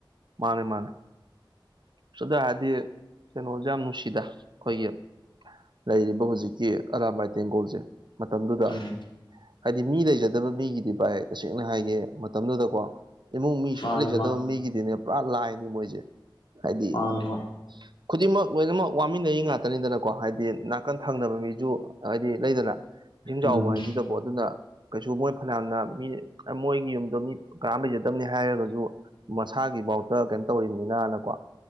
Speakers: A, on the right; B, on the left.
A: ꯃꯥꯅꯦ ꯃꯥꯅꯦ ꯁꯗꯔꯗꯤ ꯀꯩꯅꯣꯁꯦ ꯌꯥꯝ ꯅꯨꯡꯁꯤꯗ ꯑꯩꯈꯣꯏꯒꯤ ꯂꯩꯔꯤꯕ ꯍꯧꯖꯤꯛꯀꯤ ꯑꯔꯥꯝꯃꯥꯏ ꯇꯦꯡꯒꯣꯜꯁꯦ ꯃꯇꯝꯗꯨꯗ
B: ꯎꯝ
A: ꯍꯥꯏꯗꯤ ꯃꯤ ꯂꯩꯖꯗꯕ ꯃꯤꯒꯤꯗꯤ ꯚꯥꯏ ꯇꯁꯦꯡꯅ ꯍꯥꯏꯒꯦ ꯃꯇꯝꯗꯨꯗꯀꯣ ꯏꯃꯨꯡ ꯃꯤ ꯁꯨꯡꯂ
B: ꯃꯥꯅꯦ
A: ꯂꯩꯖꯗꯕ
B: ꯃꯥ
A: ꯃꯤꯒꯤꯗꯤꯅꯦ ꯄꯨꯔꯥ ꯂꯥꯏꯅꯤ ꯃꯣꯏꯁꯦ ꯍꯥꯏꯗꯤ
B: ꯃꯥꯅꯦ ꯃꯥ
A: ꯈꯨꯗꯤꯡꯃꯛ ꯂꯣꯏꯅꯃꯛ ꯋꯥꯃꯤꯟꯅꯔꯤ ꯉꯥꯛꯇꯅꯤꯗꯅꯀꯣ ꯍꯥꯏꯗꯤ ꯅꯥꯀꯟ ꯊꯪꯅꯕ ꯃꯤꯁꯨ ꯍꯥꯏꯗꯤ ꯂꯩꯗꯅ ꯏꯁꯤꯡ ꯆꯥꯎꯕ
B: ꯎꯝ
A: ꯍꯥꯏꯁꯤꯗꯕꯨ ꯑꯗꯨꯅ ꯀꯩꯁꯨ ꯃꯣꯏ ꯐꯅꯌꯥꯝꯅ ꯃꯤ ꯃꯣꯏꯒꯤ ꯌꯨꯝꯗꯣ ꯃꯤ ꯀꯥꯝ ꯂꯩꯩꯖꯗ ꯈꯤꯕꯅꯤ ꯍꯥꯏꯔꯒꯁꯨ ꯃꯁꯥꯒꯤꯐꯥꯎꯇ ꯀꯩꯅꯣ ꯇꯧꯅꯤꯅꯅꯀꯣ